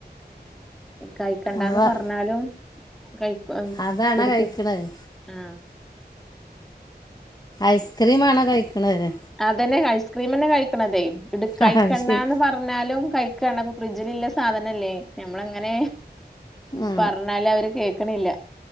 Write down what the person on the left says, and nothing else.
അപ്പോൾ
അതാണോ
കഴിക്കണത്
ഐസ്ക്രീംമാണോ കഴിക്കണത്?
ആ ശരി
ആ